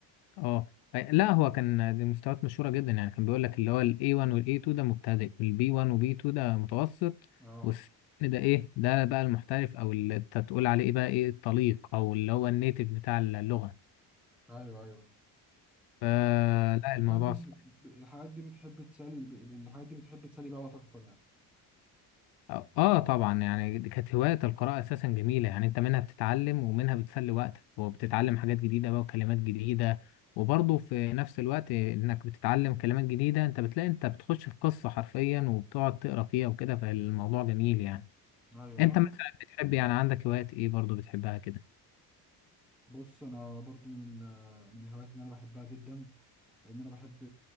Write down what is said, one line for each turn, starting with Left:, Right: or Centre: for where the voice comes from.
Left: اه ف- لا هو كان دي مستويات مشهوره جدا يعني كان بيقول لك اللي هو ال A1 وال A2 ده مبتدئ وال B1 و B2 ده متوسط
Centre: اه
Left: وال C1 ده ايه ده بقى المحترف او اللي انت تقول عليه ايه بقى ايه الطليق او اللي هو النيتيف بتاع اللغه
Centre: ايوه ايوه
Left: فلا
Centre: الحاجات
Left: الموضوع
Centre: دي بتحب
Left: صح.
Centre: الحاجات دي بتحب تسلي ب- الحاجات دي بتحب تسلي بيها وقتك اكتر يعني
Left: اه آه طبعا يعني دي كانت هواية القراءة اساسا جميلة يعني انت منها بتتعلم ومنها بتسلي وقتك وبتتعلم حاجات جديدة بقى وكلمات جديدة وبرضه في نفس الوقت انك بتتعلم كلمات جديدة انت بتلاقي انت بتخش في قصة حرفيا وبتقعد تقرا فيها وكده فالموضوع جميل يعني
Centre: ايوه
Left: انت مثلا بتحب يعني عندك هوايات ايه برضه بتحبها كده
Centre: بص انا برضو من من الهوايات اللي انا بحبها جدا لان انا بحب